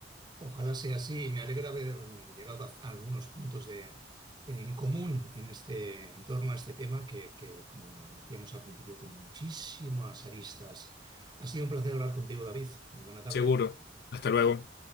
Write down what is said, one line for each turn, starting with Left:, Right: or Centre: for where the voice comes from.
Right: Ojalá sea así. Me alegra haber llegado a a algunos puntos de, en común en este, en torno a este tema que, que, como decíamos al principio, tiene muchísimas aristas. Ha sido un placer hablar contigo, David. Muy buena tarde.
Left: Seguro. Hasta luego.